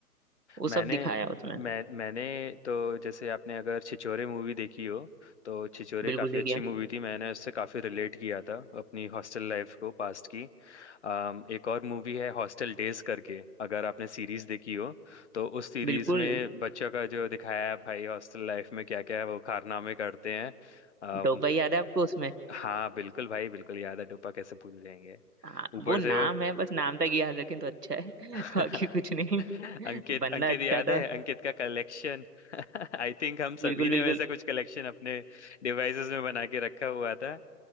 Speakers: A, on the right (about 80°); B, on the left (about 45°).
A: वो सब
B: मैंने
A: दिखाया उसमें
B: मैं मैंने तो जैसे आपने अगर छिछोरे मूवी देखी हो तो छिछोरे
A: बिल्कुल
B: काफ़ी
A: देखिए
B: अच्छी मूवी थी मैंने उससे काफ़ी रिलेट किया था अपनी हॉस्टल लाइफ को पास्ट की अम, एक और मूवी है हॉस्टल डेज करके अगर आपने सीरीज देखी हो तो उस सीरीज
A: बिल्कुल
B: में बच्चों का जो दिखाया है भाई हॉस्टल लाइफ में क्या क्या है वो कारनामे करते हैं अम,
A: डोबा याद है आपको उसमें
B: हाँ बिल्कुल भाई बिल्कुल याद है टोपा कैसे भूल जाएंगे
A: हाँ,
B: ऊपर
A: वो नाम
B: से वो
A: है बस नाम तक याद रखें तो अच्छा है
B: <laughs>
A: <laughs> बाकी कुछ नहीं
B: अंकित
A: बंदा
B: अंकित
A: अच्छा
B: याद
A: था
B: है अंकित का कलेक्शन <laughs> आई थिंक हम सभी
A: बिल्कुल
B: ने
A: बिल्कुल
B: वैसा कुछ कलेक्शन अपने डिवाइसेस में बना के रखा हुआ था